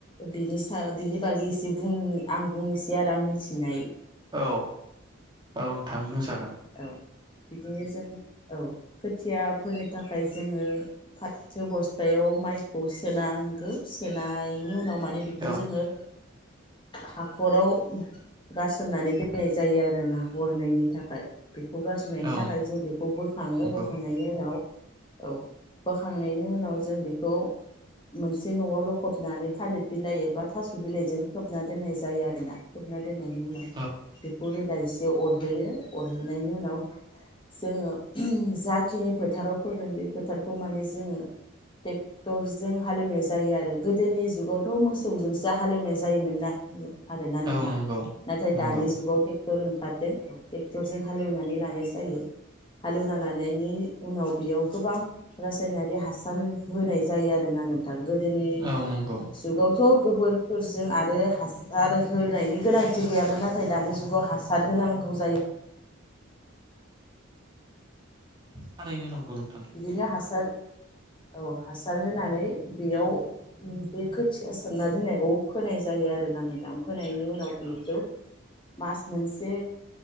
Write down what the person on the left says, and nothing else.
बिनि सा बिनि बागै इसे बुं आं बुंनोसै आरो आं मि थिनाय
औ बिदिनो जों औ खोथिया फोनो थाखाय जोङो फाथो बस्थायाव माइखौ सोनांगौ। सोनायनि उनाव माने बेखौ
जोङो हाखराव गारासोमनानै दोननाय जायो आरोना हरनैनि थाखाय। बेखौ गारसननायनि
थाखाय जों बेखौ बोखाङो
बोखांनायनि उनाव औ बोखांनायनि उनाव जों बेखौ मोनसे न'आव लखबनानै थालिर बिलाइ एबा थास' बिलाइजों खोबना दोननाय जायो आरोना खोबना दोननायनि उनाव
बेखौ रोदा एसे अरहोयो अरहोनायनि उनाव जोङो जाखिनि फोथाराव फोगोन बे फोथार खौ माने जोङो ट्रेक्टरजों हालेवनाय जायो आरो गोदोनि जुगावथ मोसौजोंसो हालेवनाय जायोमोनना, आरोना नोंथां
नाथाय
दानि जुगाव टे टर ओंखारदों ट्रेक्टरजों हालेवनानै लानाय जायो। हालेवना लानायनि उनाव बेयाव गोबां रासायनारि हासार होनाय जायो आरोना नोंथां। गोदोनि
जुगाव थ गोबोरफोरजों आरो हासार होनायनि गोनांथि गैयामोन नाथाय दानि जुगाव हासार होनांगौ जायो।
औ
बिदिनो हासार औ हासार होनानै बेयाव बे खोथिया सोमना दोननायखौ फोनाय जायो आरो ना नोंथां फो नायनि उनाव बेखौ
मास मोनसे